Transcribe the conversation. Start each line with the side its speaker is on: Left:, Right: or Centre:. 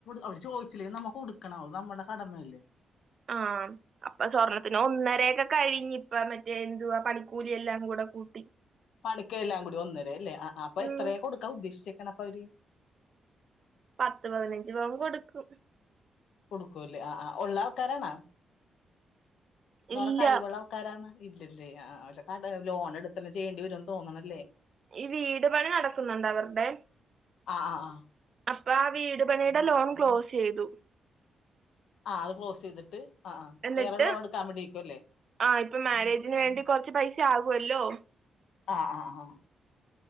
Left: അവര് ചോദിച്ചില്ലെങ്കലും നമ്മൾ കൊടുക്കണം അത് നമ്മുടെ കടമയല്ലേ
Right: ആഹ് അപ്പൊ സ്വർണത്തിന് ഒന്നരയൊക്കെ കഴിഞ്ഞ് ഇപ്പ മറ്റേ എന്തുവാ പണിക്കൂലിയെല്ലാം കൂടെ കൂട്ടി
Left: പണിക്ക എല്ലാം കൂടി ഒന്നര അല്ലേ അപ്പൊ
Right: ഉം
Left: എത്രയാ കൊടുക്കാൻ ഉദ്ദേശിച്ചക്കണ് അപ്പൊ അവര്
Right: പത്ത് പതിനഞ്ച് പവൻ കൊടുക്കും
Left: കൊടുക്കൂല്ലേ ആഹ് ആഹ് ഉള്ള ആൾക്കാരാണോ ന്ന്
Right: ഇല്ല
Left: പറഞ്ഞാ കഴിവുള്ള ആൾ ആൾക്കാരാണ് ഇല്ലല്ലേ ആ അല്ല ലോൺ എടുതൊക്കെ ചെയ്യേണ്ടി വരന്ന് തോന്നണല്ലേ
Right: ഈ വീട് പണി നടക്കുന്നുണ്ട് അവരുടെ
Left: ആഹ് ആഹ് ആഹ്
Right: അപ്പൊ ആ വീട് പണിയുടെ ലോൺ ക്ലോസ് ചെയ്തു
Left: ആഹ് അത് ക്ലോസ് ചെയ്തിട്ട് ആ
Right: എന്നിട്ട്
Left: വേറെ ലോൺ എടുക്കാൻ വേണ്ടിയെയ്ക്കും അല്ലേ
Right: ആഹ് ഇപ്പൊ മാരേജിന് വേണ്ടി കൊറച്ച് പൈസ ആകുമല്ലോ!
Left: ആഹ് ആഹ് ആഹ്